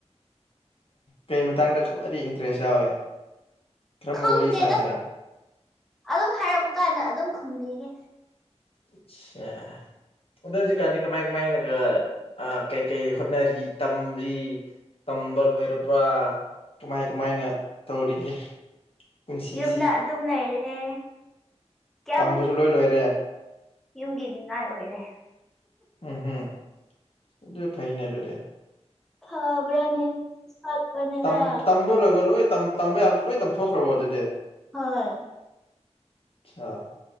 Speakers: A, on the left (about 55°); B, in the centre.
A: ꯀꯩ ꯃꯇꯥꯡꯗ ꯈ꯭ꯋꯥꯏꯗꯒꯤ ꯏꯟꯇꯔꯦꯁ ꯌꯥꯎꯋꯦ ꯀꯔꯝꯕ
B: ꯈꯪꯗꯦꯗ
A: ꯋꯥꯔꯤ ꯁꯥꯁꯤꯔꯥ
B: ꯑꯗꯨꯝ ꯍꯥꯏꯔꯛꯄ ꯀꯥꯟꯗ ꯑꯗꯨꯝ ꯈꯨꯝꯕꯤꯒꯦ
A: ꯑꯆꯥ ꯑꯗꯣ ꯍꯧꯖꯤꯛꯀꯥꯟꯗꯤ ꯀꯃꯥꯏ ꯀꯃꯥꯏꯅꯒ ꯀꯩꯀꯩ ꯍꯣꯠꯅꯔꯤ ꯇꯝꯔꯤ ꯇꯝꯕ ꯂꯣꯏꯔꯕ꯭ꯔꯥ ꯀꯃꯥꯏ ꯀꯃꯥꯏꯅ ꯇꯧꯔꯤꯒꯦ ꯄꯨꯟꯁꯤꯁꯤ
B: ꯌꯨꯝꯗ ꯑꯗꯨꯝ ꯂꯩꯔꯦ ꯀꯌꯥꯝ
A: ꯇꯝꯕꯁꯨ ꯂꯣꯏ ꯂꯣꯏꯔꯦ
B: ꯌꯨꯝꯒꯤ ꯃꯤꯅꯥꯏ ꯑꯣꯏꯔꯦ
A: ꯎꯝ ꯍꯝ ꯑꯗꯨ ꯐꯩꯅꯦ ꯑꯗꯨꯣꯗꯦ
B: ꯐꯕ꯭ꯔꯅꯦ ꯁꯠꯄꯅꯦꯔ
A: ꯇꯝ ꯇꯝꯕ ꯂꯣꯏꯕ ꯂꯣꯏ ꯇꯝꯕ ꯌꯥꯕ ꯂꯣꯏ ꯇꯝꯊꯣꯛꯈ꯭ꯔꯕꯣ ꯑꯗꯨꯗꯤ
B: ꯍꯣꯏ
A: ꯑꯆꯥ